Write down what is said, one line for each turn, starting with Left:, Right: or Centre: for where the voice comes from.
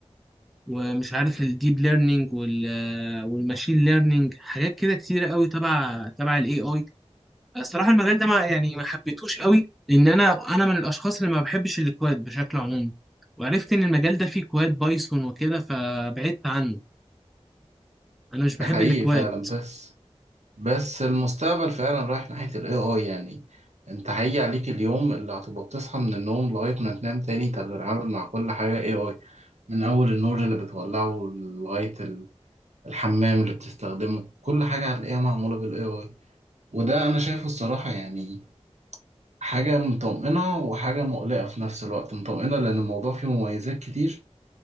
Centre: ومش عارف الديب ليرنينج وال والماشين ليرنينج حاجات كده كتيره قوي تبع تبع الاي اي الصراحه المجال ده ما يعني ما حبيتهوش قوي لان انا انا من الاشخاص اللي ما بحبش الكواد بشكل عمومي وعرفت ان المجال ده فيه كواد بايثون وكده فبعدت عنه انا مش بحب
Right: ده حقيقي
Centre: الكواد
Right: فعلا بس بس المستقبل فعلا رايح ناحية ال AI يعني انت هيجي عليك اليوم اللي هتبقى بتصحى من النوم لغاية ما تنام تاني تتعامل مع كل حاجة AI من أول النور اللي بتولعه لغاية ال- الحمام اللي بتستخدمه كل حاجة هتلاقيها معمولة بال AI وده أنا شايفه الصراحة يعني حاجة مطمئنة وحاجة مقلقة في نفس الوقت مطمئنة لأن الموضوع فيه مميزات كتير